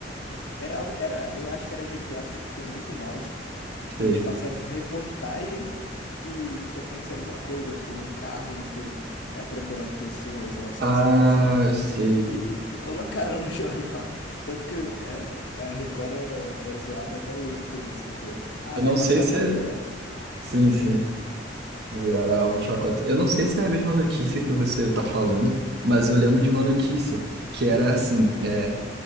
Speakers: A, on the left (about 65°); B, on the right (about 60°).
A: É, Era algo, era, eu acho que era GTA, só que com muito mod. E que
B: Sei.
A: eles passaram, tipo, reportagem que, que aconteceu alguma coisa, tipo, um carro, tipo, atropelando pessoas, uma situação
B: Ah,
A: dessa.
B: eu sei.
A: E, e, tipo, colocaram no <laughs> jornal. Tanto que é, é, a Record é, é zoada até hoje por isso. Tipo, ah,
B: Eu
A: vai
B: não
A: passar
B: sei se
A: na Record.
B: é... Sim, sim. Virar alvo de chacota. Eu não sei se é a mesma notícia que você está falando, mas eu lembro de uma notícia que era assim: é,